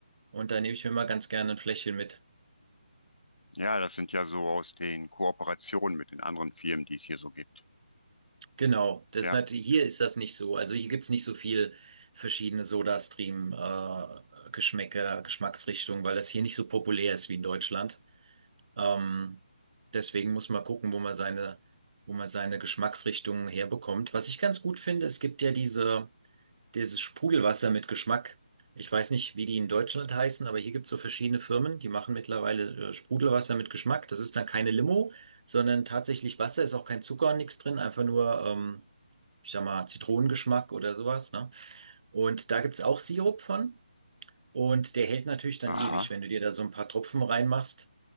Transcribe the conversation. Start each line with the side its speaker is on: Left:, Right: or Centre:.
Right: Und da nehme ich mir mal ganz gerne ein Fläschchen mit.
Left: Ja, das sind ja so aus den Kooperationen mit den anderen Firmen, die es hier so gibt.
Right: Genau, das
Left: Ja,
Right: ist natürlich, hier ist das nicht so. Also hier gibt's nicht so viel verschiedene SodaStream-Geschmäcker, Geschmacksrichtungen, weil das hier nicht so populär ist wie in Deutschland. Ähm, deswegen muss man gucken, wo man seine, wo man seine Geschmacksrichtungen herbekommt. Was ich ganz gut finde, es gibt ja diese, dieses Sprudelwasser mit Geschmack. Ich weiß nicht, wie die in Deutschland heißen, aber hier gibt es so verschiedene Firmen, die machen mittlerweile äh, Sprudelwasser mit Geschmack. Das ist dann keine Limo, sondern tatsächlich Wasser, ist auch kein Zucker und nichts drin, einfach nur, ähm, ich sag mal, Zitronengeschmack oder sowas, ne? Und da gibt es auch Sirup von und der hält natürlich dann
Left: aha,
Right: ewig, wenn du dir da so ein paar Tropfen reinmachst.